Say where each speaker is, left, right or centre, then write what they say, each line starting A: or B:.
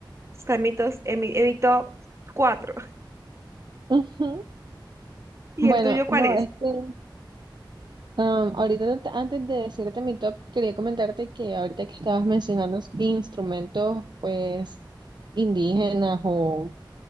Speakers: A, on the right; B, on the right.
A: Está en mi, tos- en mi, en mi top 4.
B: Ujú.
A: <laughs> ¿Y
B: Bueno,
A: el tuyo cuál
B: no,
A: es?
B: es que um, ahorita no te- antes de decirte mi top, quería comentarte que ahorita que estabas mencionando instrumentos, pues, indígenas o